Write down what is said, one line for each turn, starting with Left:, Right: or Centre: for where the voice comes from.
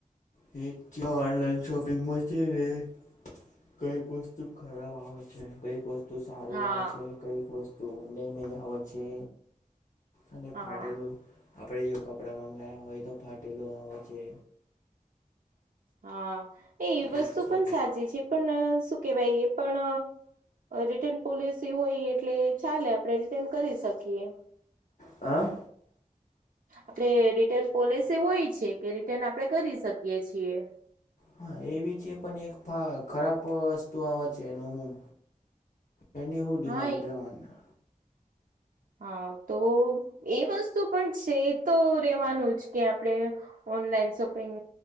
Left: એ ઓનલાઈન શોપિંગમાં છે, ને કંઈક વસ્તુ ખરાબ આવે છે, કંઈક વસ્તુ સારું
Right: હા
Left: આવે છે. કંઈક વસ્તુ ડેમેજ આવે છે, અને ફાટેલું.
Right: હા
Left: આપણે જો કપડાં મંગાવયા હોય તો ફાટેલું આવે છે.
Right: હાએ એ વસ્તુ
Left: જ છે
Right: પણ
Left: ને.
Right: સાચી છે, પણ શું કેવાય એ પણ. રિટર્ન પોલિસી હોય એટલે ચાલે આપણે રિટર્ન કરી શકીએ.
Left: હા.
Right: આપડે રિટર્ન પોલિસી હોય છે, કે રિટર્ન આપણે કરી શકીએ છીએ.
Left: હા એવી છે, પણ એક ખરાબ વસ્તુ આવે છે, એનું હું. એને હું ડિમાન્ડ
Right: હા
Left: રહેવાનું.
Right: હા તોએ વસ્તુ પણ છે, તો રહેેવાનું જકે આપણે. ઓનલાઈન શોપિંગ